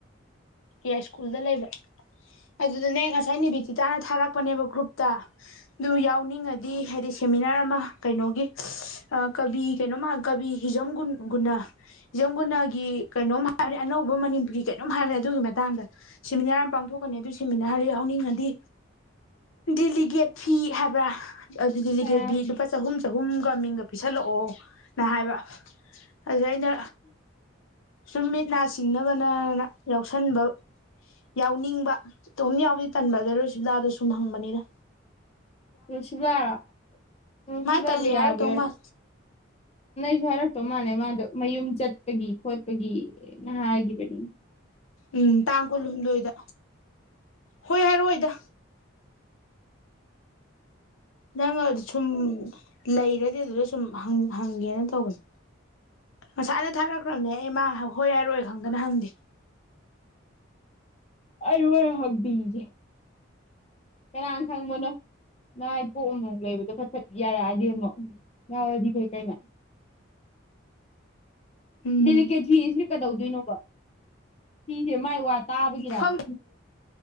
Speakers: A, on the left; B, on the left.
A: ꯌꯥꯏꯁ꯭ꯀꯨꯜꯗ ꯂꯩꯕ ꯑꯗꯨꯗꯅꯦ ꯉꯁꯥꯏ ꯅꯦꯕꯤꯗꯤꯇꯅ ꯊꯥꯔꯛꯄꯅꯦꯕ ꯒ꯭ꯔꯨꯞꯇ ꯑꯗꯨ ꯌꯥꯎꯅꯤꯡꯉꯗꯤ ꯍꯥꯏꯗꯤ ꯁꯦꯃꯤꯅꯥꯔ ꯑꯃ ꯀꯩꯅꯣꯒꯤ ꯀꯕꯤ ꯀꯩꯅꯣꯝ ꯀꯕꯤ ꯍꯤꯖꯝ ꯒꯨꯟ ꯒꯨꯟꯅ ꯍꯤꯖꯝ ꯒꯨꯟꯅꯒꯤ ꯀꯩꯅꯣꯝ ꯍꯥꯏꯕꯅꯤ ꯑꯅꯧꯕ ꯃꯅꯤꯄꯨꯔꯤ ꯀꯩꯅꯣꯝ ꯍꯥꯏꯕꯅꯤ ꯑꯗꯨꯒꯤ ꯃꯇꯥꯡꯗ ꯁꯦꯃꯤꯅꯥꯔ ꯑꯃ ꯄꯥꯡꯊꯣꯛꯀꯅꯤ ꯑꯗꯨ ꯁꯦꯃꯤꯅꯥꯔꯁ ꯌꯥꯅꯤꯡꯉꯗꯤ ꯗꯤꯂꯤꯒꯦꯠ ꯐꯤ ꯍꯥꯏ ꯑꯗꯨ ꯗꯤꯂꯤꯒꯦ
B: ꯑꯥ
A: ꯕꯤ ꯂꯨꯄꯥ ꯆꯥꯍꯨꯝ ꯆꯍꯨꯝꯒ ꯃꯤꯡꯒ ꯄꯤꯁꯜꯂꯛꯑꯣꯅ ꯍꯥꯏꯕ ꯑꯗꯨꯗ ꯑꯩꯅꯥ ꯁꯨꯝ ꯃꯤꯠ ꯅꯥ ꯁꯤꯡꯅꯕꯅ ꯌꯥꯎꯁꯟꯕ ꯌꯥꯎꯅꯤꯡꯕ ꯏꯇꯣꯝ ꯌꯥꯎꯕꯗꯤ ꯇꯟꯕ ꯑꯗꯨꯗ ꯔꯣꯁꯤꯕ꯭ꯂꯥꯗꯣ ꯁꯨꯝ ꯍꯡꯕꯅꯤꯗ
B: ꯔꯣꯁꯤꯕ꯭ꯂꯥ ꯔꯣ ꯔꯣꯁꯤꯕ꯭ꯂꯥꯕꯨ
A: ꯃꯥ ꯇꯜꯂꯤ
B: ꯌꯥꯕꯨ
A: ꯍꯥꯏꯔꯛꯇꯧ
B: ꯌꯥꯔꯣꯏ
A: ꯃꯥꯜ
B: ꯁꯤ ꯍꯥꯢꯔꯛꯇꯣꯢ ꯃꯥꯂꯦ ꯃꯗꯣ ꯃꯌꯨꯝ ꯌꯨꯝ ꯆꯠꯄꯒꯤ ꯈꯣꯠꯄꯒꯤ ꯅ ꯍꯥꯏꯒꯤꯕꯅꯤ
A: ꯎꯝ ꯇꯥꯡ ꯀꯨꯜꯍꯨꯝꯗꯣꯢꯗ ꯍꯣꯏ ꯍꯥꯏꯔꯛꯑꯣꯏꯗ ꯅꯡ ꯑꯗ ꯁꯨꯝ ꯂꯩꯔꯗꯤ ꯑꯗꯨꯗ ꯁꯨꯝ ꯍꯪ ꯍꯪꯒꯦꯅ ꯇꯧꯕꯅꯦ ꯉꯁꯥꯏꯅ ꯊꯥꯔꯛꯈ꯭ꯔꯕꯅꯦ ꯑꯩ ꯃꯥ ꯍꯣꯏ ꯍꯥꯏꯔꯛ ꯑꯣꯏ ꯈꯪꯗꯅ ꯍꯪꯗꯦ
B: ꯑꯩ ꯍꯣꯔꯦꯟ ꯍꯪꯕꯤꯒꯦ ꯀꯅꯥꯅ ꯈꯪꯕꯅꯣ ꯅꯥꯏ ꯄꯣꯛ ꯑꯃꯃꯨꯛ ꯂꯩꯕꯗꯣ ꯐꯠ ꯐꯠ ꯌꯥꯔꯛꯑꯗꯤ ꯑꯃꯨꯛ ꯉꯥꯎꯔꯗꯤ ꯐꯩ ꯀꯩꯅꯣ
A: ꯎꯝ
B: ꯗꯦꯂꯤꯀꯦꯠ ꯐꯤꯁꯤꯅ ꯀꯩꯗꯧ ꯗꯣꯢꯅꯣꯕ ꯁꯤꯁꯦ ꯃꯥꯏ ꯋꯥ ꯇꯥꯕꯒꯤꯔ
A: ꯈꯪ
B: ꯂꯤ